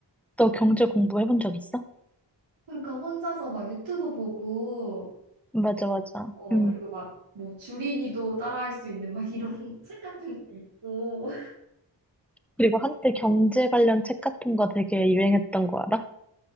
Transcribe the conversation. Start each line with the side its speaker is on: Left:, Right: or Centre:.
Centre: 너 경제 공부해 본 적 있어?
Right: 그러니까 혼자서 막 유튜브 보고,
Centre: 맞아, 맞아.
Right: 어,
Centre: 음.
Right: 그리고 막 뭐 주린이도 따라할 수 있는 막 이런 <laughs> 책 같은 거 읽고, <laughs>
Centre: 그리고 한때 경제 관련 책 같은 거 되게 유행했던 거 알아?